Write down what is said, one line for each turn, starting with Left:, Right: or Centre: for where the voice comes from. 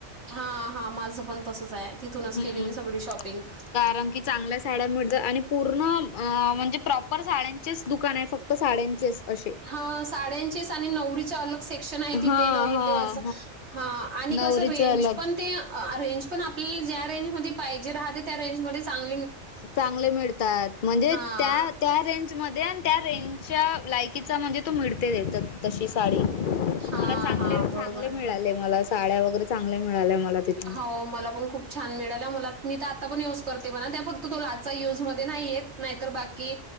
Right: हा हा माझं पण तसच आहे तिथूनच
Left: हम्म
Right: केली मी सगळी शॉपिंग
Left: कारण की चांगल्या साड्या मिळतात आणि पूर्ण म्हणजे प्रॉपर साड्यांचेच दुकान आहे फक्त फक्त साड्यांचेच असे
Right: हा साडे्यांंचीच आणि नवरीचे अलग सेक्शन आहे तिथे
Left: हा
Right: नवरदेवाच
Left: हा
Right: हा आणि
Left: नवरीच
Right: कस रेंज
Left: अलग
Right: पण ते अ रेंज पण आपली ज्या रेंज मध्ये पाहिजे राहते त्या रेंज मध्ये चांग
Left: चांगले मिळतात म्हणजे
Right: हां,
Left: त्या त्या रेंज मध्ये आणि त्या रेंजच्या लायकीचा म्हणजे तो मिळतो तिथं तशी साडी मला
Right: हां,
Left: चांगले
Right: हां,
Left: चांगले
Right: बरोबर आहे.
Left: मिळाले मला साड्या वगैरे चांगल्या मिळाल्या मला तिथं
Right: हो मला पण खूप छान मिळाला मला मी तर आता पण युज करते म्हणा त्या फक्त तो लाचा युज मध्ये नाही येत नाहीतर बाकी